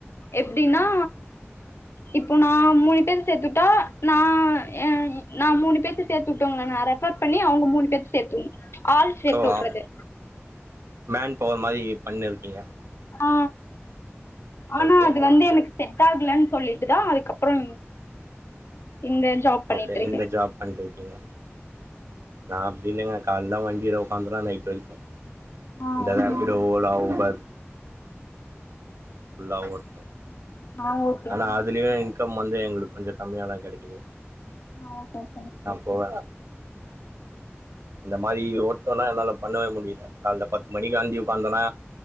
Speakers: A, on the left; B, on the right.
A: எப்டினா இப்போ நா மூணு பேர சேத்துட்டா நா ஏன் நா மூணு பேத்த சேத்து உட்டோங்குளானா ரெஃபர் பண்ணி அவுங்க மூணு பேத்த சேத்துவுண் ஆள் சேத்து
B: ஓ
A: உட்றது
B: மேன் பவர் மாரி பண்ணிருக்கீங்க
A: ஆ ஆனா
B: ஓகே
A: அது வந்து எனக்கு செட்டாகுலன் சொல்லிட்டுதா அதுக்கப்புறோ இந்த ஜாப் பண்ணிட்டு
B: ஓகே
A: இருக்கே
B: இந்த ஜாப் பண்ணிட்டிருக்கீங்க நா அப்டி இல்லங்க கால்ல வண்டில உக்காந்துனா நைட்டு வரைக்கு
A: ஆ
B: இந்த
A: ஓகே
B: ராபிடோ ஓலா ஊப்பர் ஃபுல்லா ஓட்
A: நாங்க
B: ஆனா அதுலியு இன்கம் வந்து எங்களுக்கு கொஞ்சோ கம்மியாதா கெடைக்குது
A: நடக்கு
B: போவ இந்த மாரி ஓட்னோனா என்னால பண்ணவே முடில கால்ல பத்து மணிக்கு வண்டி உக்காந்தோனா